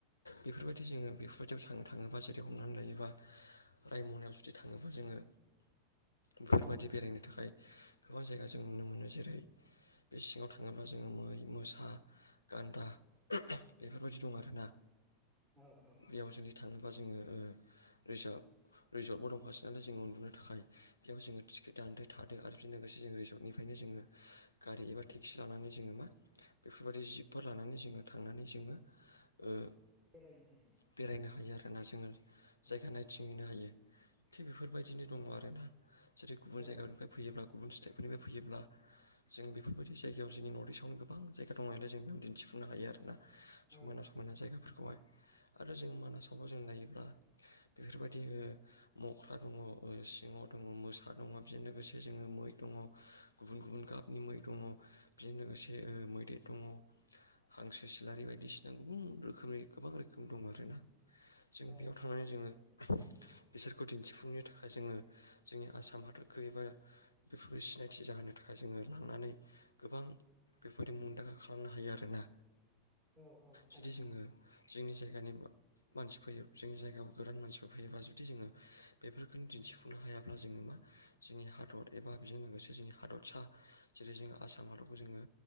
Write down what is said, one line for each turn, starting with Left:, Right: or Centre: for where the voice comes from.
Left: बेफोरबायदि जोङो बेफोरबायदियाव थांनो थाङोबा जेरै हमनानै लायोबा रायमनायाव जुदि थाङोबा जोङो बेफोरबायदि बेरायनो थाखाय गोबां जायगा जों नुनो मोनो जेरै बे सिङाव थाङोब्ला जोङो मै, मोसा, गान्दा बेफोरबायदि दं आरोना
Right: औ औ
Left: बेयाव जुदि थाङोबा जोङो ओ रिजार्भ रिजर्टबो दंखा <unintelligible> जोङो <unintelligible> बेयाव जोङो टिकेट दानदो थादो आरो बेजों लोगोसे जों रिजर्टनिफ्रायनो जोङो गारि एबा टेक्सि लानानै जोङो मा बेफोरबायदि जिबफोर लानानै जोङो थांनानै जोङो ओ
Right: बेरायनो हायो
Left: बेरायनो हायो आरोना जोङो जायगा
Right: औ
Left: नायथिं <unintelligible> हायो थिग बेफोरबायदिनो दङ आरोना जेरै गुबुन
Right: औ
Left: जायगानिफ्राय फैयोब्ला गुबुन स्टेटफोरनिबो फैयोब्ला जों बेफोरबायदि जायगायाव जोंनि नर्थ इस्टआव गोबां जायगा दं नालाय जों बेयावनो दिन्थिफुंनो हायो आरोना समायना
Right: औ
Left: समायना जायगाफोरखौहाय आरो जों मानासावबो जों नायोब्ला बेफोरबायदि मख्रा दङ सिंह दङ मोसा दङ बेजों लोगोसे जोङो मै दङ गुबुन गुबुन गाबनि मै दङ बेजों लोगोसे ओ मैदेर दङ हांसो सिलारि बायदिसिना गुबुन रोखोमनि गोबां रोखोम दं आरोना जों
Right: औ
Left: बेयाव
Right: औ
Left: थांनानै जोङो बिसोरखौ दिन्थिफुंनो थाखाय जोङो जोंनि आसाम हादरखो एबा <unintelligible> सिनायथि जाहोनो थाखाय जोङो लांनानै गोबां बेफोरबायदि मुंदांखा खालामनो हायो आरोना
Right: औ औ थारैनो
Left: जुदि जोङो जोंनि जायगानि मानसि फैयो जोंनि जायगायाव गोदान मानसिफोर फैयोल्बा जुदि जोङो बेफोरखौनो दिन्थिफुंनो हायाब्ला जोङो मा जोंनि हादर एबा बेजों लोगोसे जोंनि हादरसा जेरै जोङो आसाम हादरखौ जोङो